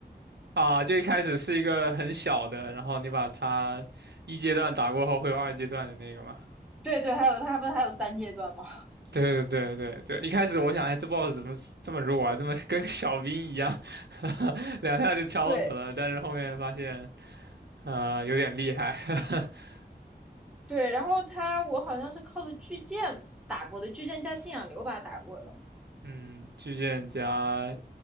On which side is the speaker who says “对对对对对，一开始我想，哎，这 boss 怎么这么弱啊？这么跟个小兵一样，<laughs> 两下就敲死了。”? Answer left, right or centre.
Right